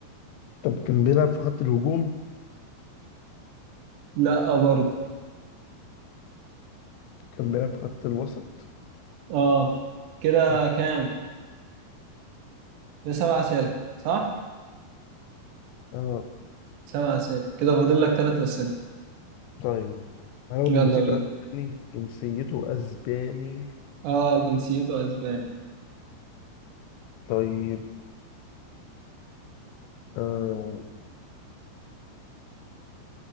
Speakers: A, on the left; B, on the right.
A: طب كان بيلعب في خط الهجوم
B: لا آه، برضه
A: كان بيلعب في خط الوسط
B: اه كده
A: مم.
B: كام ده سبع أسئلة صح
A: اه
B: سبع أسئلة كده فاضل لك ثلاث أسئلة
A: طيب هل هو
B: يلا
A: جنسيته
B: بينا
A: اسباني جنسيته اسباني
B: اه جنسيته أسباني
A: طيب آه